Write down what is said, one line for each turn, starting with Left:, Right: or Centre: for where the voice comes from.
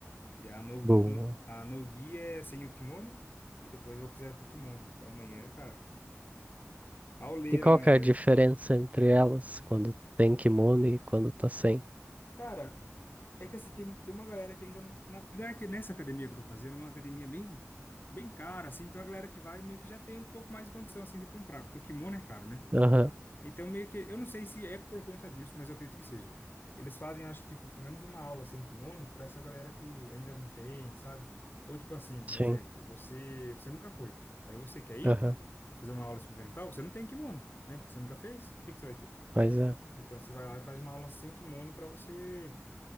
Left: E a no,
Right: Boa.
Left: no, a no-gi é sem o kimono. E depois eu vou fazer com o kimono. Então amanhã, cara, pauleira
Right: E qual
Left: amanhã,
Right: que é a diferença
Left: viu?
Right: entre elas quando tem kimono e quando tá sem?
Left: Cara, É que assim, tem, tem uma galera que ainda não. na- Apesar que nessa academia que eu tô fazendo, é uma academia bem, bem cara, assim, então a galera que vai meio que já tem um pouco mais de condição, assim, de comprar, porque o kimono é caro, né?
Right: Aham,
Left: Então meio que. Eu não sei se é por conta disso, mas eu acredito que seja. Eles fazem, acho, tipo, pelo menos uma aula sem kimono pra essa galera que ainda não tem, sabe? Ou tipo assim, um
Right: sim,
Left: exemplo, você, você nunca foi. Aí você quer ir
Right: aham,
Left: fazer uma aula experimental, você não tem kimono, né? Que você nunca fez, o que que você vai ter?
Right: mas é.
Left: Então você vai lá e faz uma aula sem kimono pra você,